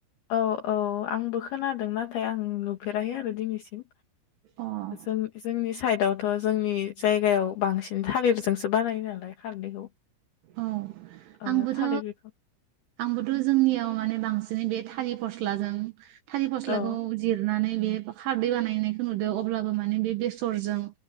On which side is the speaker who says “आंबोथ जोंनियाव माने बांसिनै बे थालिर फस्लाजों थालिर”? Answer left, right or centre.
Right